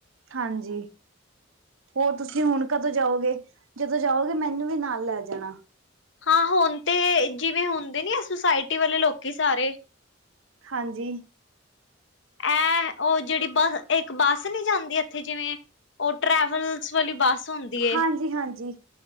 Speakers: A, on the right; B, on the left.
A: ਹਾਂਜੀ। ਹੋਰ ਤੁਸੀਂ ਹੁਣ ਕਦੋਂ ਜਾਓਗੇ, ਜਦੋਂ ਜਾਓਗੇ ਮੈਨੂੰ ਵੀ ਨਾਲ ਲੈ ਜਾਨਾ।
B: ਹਾਂ ਹੁਣ ਤੇ, ਜਿਵੇਂ ਹੁੰਦੇ ਨੀ ਆ ਸੁਸਾਇਟੀ ਵਾਲੇ ਲੋਕੀ ਸਾਰੇ
A: ਹਾਂਜੀ।
B: ਏ, ਓ ਜੇੜੀ ਬਾ, ਇਕ ਬੱਸ ਨੀ ਜਾਂਦੀ ਐਥੇ ਜਿਵੇਂ ਓ ਟਰੈਵਲਸ ਵਾਲੀ ਬੱਸ ਹੁੰਦੀ ਏ।
A: ਹਾਂਜੀ-ਹਾਂਜੀ।